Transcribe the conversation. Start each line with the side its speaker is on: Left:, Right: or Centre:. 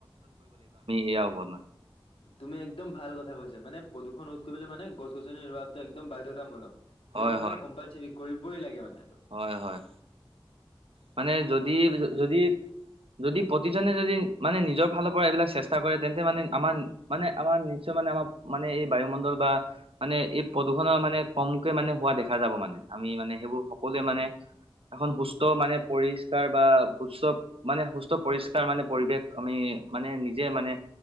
Right: ইয়াৰ ওপৰত মানে
Left: তুমি একদম ভাল কথা কৈছা মানে। প্ৰদূষণ ৰোধ কৰিবলে মানে গছ গছনিৰ ৰোৱাতো একদম বাধ্যতামূলক
Right: হয়
Left: এইটো মানে
Right: হয় হয়
Left: কম্পালচৰি কৰিবই লাগে মানে। এইটো
Right: হ'য়, হ'য়, মানে যদি যদি যদি প্ৰতিজনে যদি মানে নিজৰ ফালৰ পৰা এইবিলাক চেষ্টা কৰে তেন্তে মানে আমাৰ মানে আমাৰ নিশ্চয় মানে আমাৰ মানে এই বায়ুমণ্ডল। মানে এই প্ৰদূষণৰ মানে কমকে মানে হোৱা দেখা যাব মানে আমি মানে সেইবোৰ কলে মানে এখন সুস্থ মানে পৰিষ্কাৰ বা সুস্থ মানে সুস্থ পৰিষ্কাৰ মানে পৰিৱেশ আমি মানে নিজে মানে